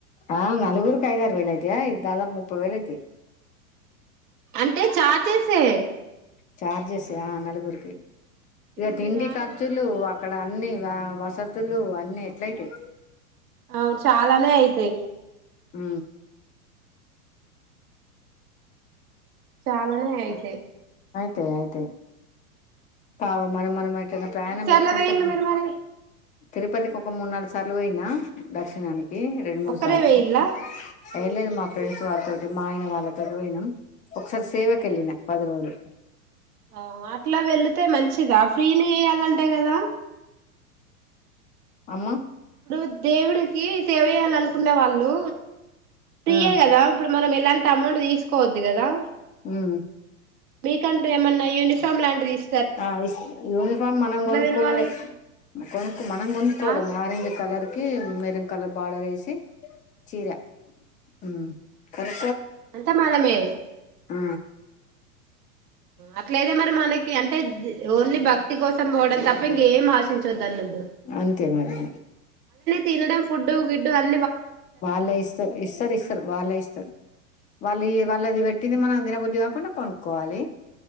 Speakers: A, on the left (about 20°); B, on the right (about 85°).
A: ఆ నలుగురికి ఐదారు వేలు అయితాయా దాదాపు ముప్పు వేలు అయితే
B: అంటే చార్జెస్ ఏ
A: చార్జెస్ ఆ నలుగురికి
B: ఇప్పుడు
A: ఇక తిండి
B: మీరు ఆరు
A: ఖర్చులు
B: వందలు
A: అక్కడ అన్ని ఆ వసతులు అన్నీ ఎట్లయితే
B: అవును చాలానే అయితే
A: ఉ
B: చాలానే అయితే
A: తే అయితే కావు మనం మనంనా ప్రయాణం
B: ఎన్నిసార్లు
A: పెట్టుకుంటు
B: పోయిల్లు మీరు మరి
A: తిరుపతికి ఒక మూడు నాలుగు సార్లు పోయిన దర్శనానికి రెండు మూడు
B: ఒక్కరే
A: సార్లు
B: పోయిల్లా
A: పోయిన ఏ లేదు మా ఫ్రెండ్స్ వాళ్ళతోటి మా ఆయన వాళ్ళతోటి పోయినం ఒకసారి సేవకి
B: అందరు
A: వెళ్లిన పది రోజులు
B: ఆ అట్లా వెళితే మంచిదా ఫ్రీ నే చెయ్యాలి అంట కదా
A: అమ్మ
B: ఇప్పుడు దేవుడికి సేవ చేయల్ల అనుకునే వాళ్లు ఫ్రీ
A: ఆ
B: ఏ కదా ఇప్పుడు మనం ఎలాంటి అమౌంట్ తీసుకోవద్దు కదా
A: ఉమ్
B: మీకంటూ ఏమన్నా యూనిఫాం ఆమ్లాండిస్
A: ఆ యూనిఫార్మ్ మనం కొనుక్కుండే
B: తెలవాలి
A: కొనుకు మనం కొనుక్కోవాలి
B: ఆ
A: ఆరెంజ్ కలర్ కి మెరన్ కలర్ బార్డర్ వేసి చీరా ఉమ్ కదా
B: అంత మనమే
A: ఆ
B: అట్లయితే మరి మనకి అంటే ఓన్లీ భక్తి కోసం పోవడం తప్ప ఇంకా ఏం ఆశించవద్దు అన్నది
A: అంతే మరి
B: తినడం ఫుడ్డు విడ్ అం
A: వాళ్ళే ఇస్తారు ఇస్తారు ఇస్తారు వాళ్ళే ఇస్తారు వాళ్ళు వాళ్ళది పెట్టింది మనం తినబుద్ధి కాకుంటే కొను కోవాలి